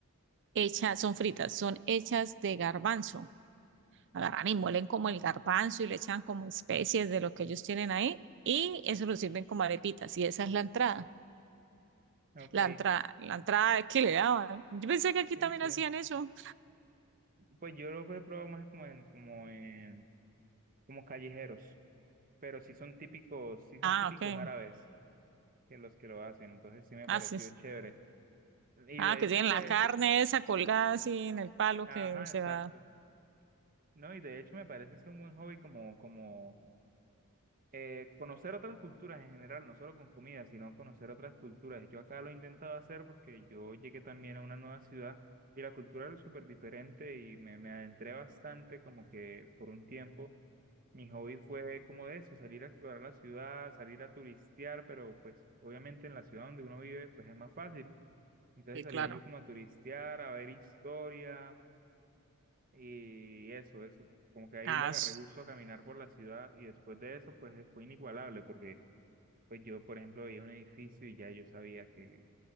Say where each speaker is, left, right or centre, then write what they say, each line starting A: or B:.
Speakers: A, on the right; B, on the right.
A: hechas, son fritas, son hechas de garbanzo. Agarran y muelen como el garbanzo y le echan como especies de lo que ellos tienen ahí y eso lo sirven como arepitas y esa es la entrada.
B: Ok.
A: La entrada, la entrada que le daban. Yo pensé que aquí
B: Sí,
A: también
B: sí.
A: hacían eso.
B: Pues yo los he probado más como en, como en, como callejeros, pero sí son típicos, sí son
A: Ah,
B: típicos
A: ok.
B: árabes que los que lo hacen, entonces sí me ha
A: Ah,
B: parecido
A: sí.
B: chévere. Y
A: Ah,
B: de
A: que
B: hecho,
A: tienen
B: pues,
A: la carne
B: eso-
A: esa colgada así en el palo
B: ajá,
A: que se
B: exacto.
A: va.
B: No, y de hecho me parece es un buen hobby como, como eh, conocer otras culturas en general, no solo con comida, sino conocer otras culturas. Yo acá lo he intentado hacer porque yo llegué también a una nueva ciudad y la cultura era súper diferente y me, me adentré bastante como que por un tiempo. Mi hobby fue como de eso, salir a explorar la ciudad, salir a turistear, pero pues obviamente en la ciudad donde uno vive pues es más fácil. Entonces
A: Sí,
B: salía
A: claro.
B: yo como a turistear, a ver historia y eso, eso. Como que ahí
A: Ah,
B: le agarré
A: s-
B: gusto a caminar por la ciudad y después de eso pues fue inigualable porque pues yo, por ejemplo, veía un edificio y ya yo sabía que,